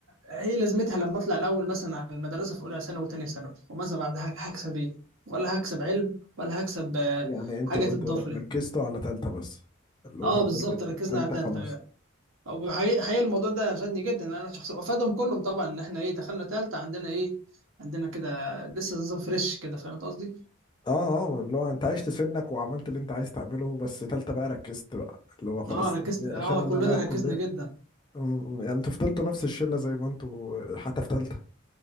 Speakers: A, on the right; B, on the left.
A: ايه لازمتها لما اطلع الاول مثلا على المدرسه في اولى ثانوي وثانيه ثانوي وماذا بعد هك- هكسب ايه ولا هكسب علم ولا هكسب آه،
B: يعني انتوا
A: حاجه تضاف
B: انتوا
A: لي.
B: ركزتوا على تالتة بس اللي هو
A: اه
B: كل
A: بالظبط ركزنا
B: التالتة
A: على تالتة
B: خلاص
A: وحقيقي- حقيقي حقيقي الموضوع ده فادني جدا لأن انا شخصيا وفادهم كلهم طبعا ان احنا ايه دخلنا تالتة عندنا ايه عندنا كده لسه نظام فريش كده فاهم قصدي؟
B: اه اه اللي هو انت عشت سنك وعملت اللي انت عايز تعمله بس تالتة بقى ركزت بقى اللي هو خلاص
A: اه ركزت
B: دي- دي
A: اه
B: عشان انا
A: كلنا
B: رايح
A: ركزنا
B: كلية
A: جدا
B: م- م- يعني انتوا فضلتوا نفس الشلة زي ما انتوا حتى في تالتة